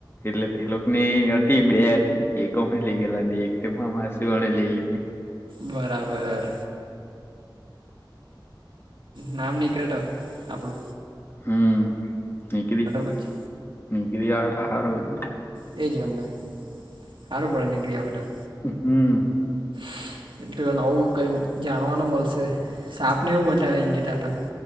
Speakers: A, on the left (about 30°); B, on the right (about 80°).
A: એટલે તે લોકો ની હતી બે હતી એક અમે લઈ ગયેલા ને એક તેમાં માસી વાળા લઈ લીધી.
B: બરાબર. નામ નીકળે તો આપડુ.
A: હમ, નીકળી
B: પછી
A: નીકળી આવે તો હારું.
B: એજ વરના. હારું પડે નીકળી આવે તો.
A: હમ.
B: <inaudible> એટલે નવું કઈ જાણવાનું મલશે સાપને એવું બતાવે એમ કેય તા તો.